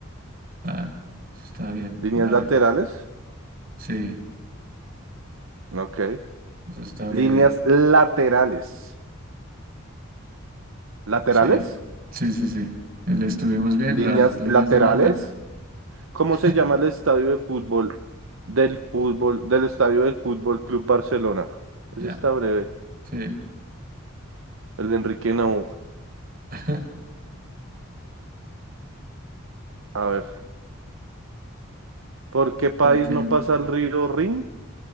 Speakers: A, on the right; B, on the right.
A: Ah, eso está bien,
B: ¿Líneas
A: breve.
B: laterales?
A: Sí,
B: Ok.
A: eso está breve.
B: ¿Líneas laterales? ¿Laterales?
A: Sí, sí, sí, sí. Le estuvimos bien,
B: ¿Líneas
A: las líneas
B: laterales?
A: de banda.
B: ¿Cómo
A: <laughs>
B: se llama el estadio de fútbol del fútbol del estadio del Fútbol Club Barcelona?
A: Ya,
B: Ese está breve.
A: sí.
B: El de Enrique Nauf.
A: <laughs>
B: A ver. ¿Por qué país
A: Porque
B: no
A: el
B: pasa el río Rin?